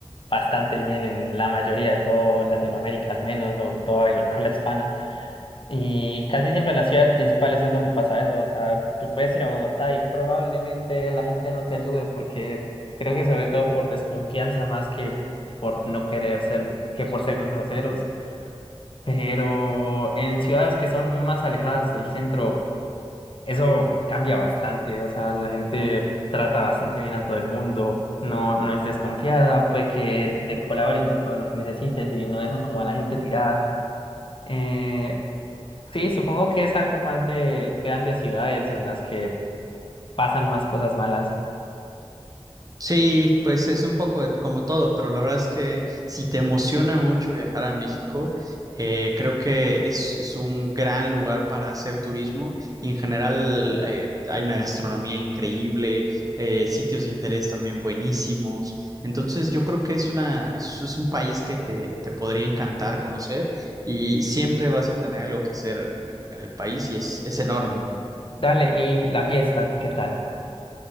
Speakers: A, on the left (about 55°); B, on the right (about 35°).
A: bastante bien en la mayoría de todo Latinoamérica, al menos, o toda habla hispana. Y casi siempre en las ciudades principales es donde pasa eso. O sea, tú puedes ir a Bogotá y probablemente la gente no te ayude porque creo que sobre todo por desconfianza más que por no querer ser, que por ser groseros. Pero en ciudades que son más alejadas del centro, eso cambia bastante. O sea, la gente trata bastante bien a todo el mundo. No, no es desconfiada. Puede que te colaboren con todo lo que necesites y no dejan como a la gente tirada. Eh, Sí, supongo que es algo más de grandes ciudades en las que pasan más cosas malas.
B: Sí, pues es un poco de- como todo, pero la verdad es que si te emociona mucho viajar a México, eh, creo que es, es un gran lugar para hacer turismo y en general eh, hay una gastronomía increíble, eh, sitios de interés también buenísimos. Entonces yo creo que es una, es, es un país que te, te podría encantar conocer y siempre vas a tener algo que hacer en, en- en el país y es, es enorme.
A: Dale, y la fiesta, ¿qué tal?